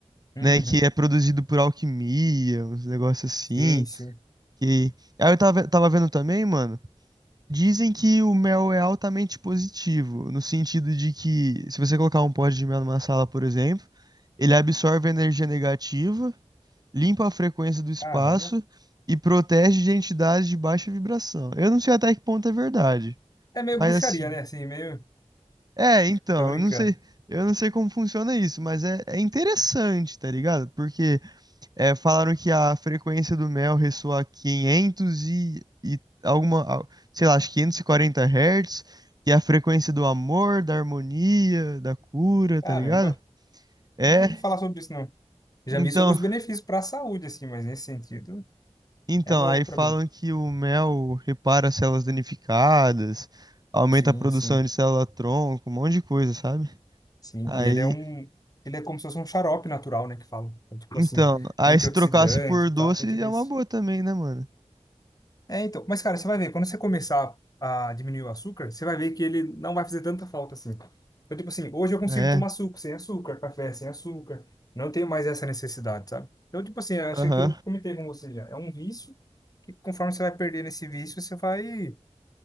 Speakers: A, on the left; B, on the right.
A: Uhum.
B: né? Que é produzido por alquimia, uns negócios assim.
A: Sim, sim.
B: Que... Aí eu tava, tava vendo também, mano. Dizem que o mel é altamente positivo, no sentido de que se você colocar um pote de mel numa sala, por exemplo, ele absorve a energia negativa limpa a frequência do espaço
A: Caramba.
B: e protege de entidades de baixa vibração. Eu não sei até que ponto é verdade,
A: É meio
B: mas
A: bruxaria,
B: assim,
A: né? Assim, meio...
B: é, então,
A: Tô brincando.
B: eu não sei, eu não sei como funciona isso, mas é, é interessante, tá ligado? Porque é, falaram que a frequência do mel ressoa a 500 e, e alguma, al- sei lá, acho que 540 Hz, que é a frequência do amor, da harmonia, da cura,
A: Caramba,
B: tá ligado? É,
A: nunca ouvi falar sobre isso, não. Já
B: então,
A: vi sobre os benefícios para a saúde, assim, mas nesse sentido
B: Então,
A: é novo
B: aí
A: para
B: falam
A: mim.
B: que o mel repara as células danificadas, aumenta
A: Sim,
B: a produção
A: sim.
B: de célula-tronco, um monte de coisa, sabe?
A: Sim,
B: Aí,
A: e ele é um. Ele é como se fosse um xarope natural, né? Que falam. Então, tipo
B: então,
A: assim,
B: aí
A: antioxidante
B: se trocasse por
A: e
B: doce
A: tal, tem tudo
B: é
A: isso.
B: uma boa também, né, mano?
A: É, então. Mas, cara, você vai ver, quando você começar a diminuir o açúcar, você vai ver que ele não vai fazer tanta falta assim. Então, tipo assim, hoje eu consigo
B: É,
A: tomar suco sem açúcar, café sem açúcar. Não tenho mais essa necessidade, sabe? Então, tipo assim, eu acho
B: aham.
A: que é aquilo que eu comentei com você já é um vício que conforme você vai perdendo esse vício, você vai